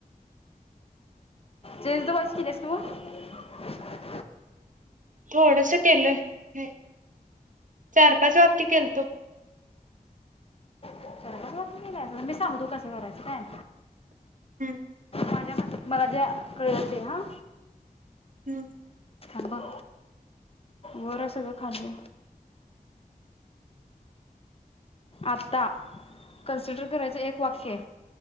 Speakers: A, on the left; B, on the right.
A: जल तुबा कनसो <unintelligible>
B: थोडंस केलंय. ह चार पाच वाक्य केलतो.
A: चारपाच वाटलं मी सांगूतो कसं करायचं काय?
B: हम्म.
A: माझ्या मला ज्या कळते हा.
B: हम्म.
A: ल ब बर सगळं खाल्ली. आता कन्सिडर करायचं, एक वाक्य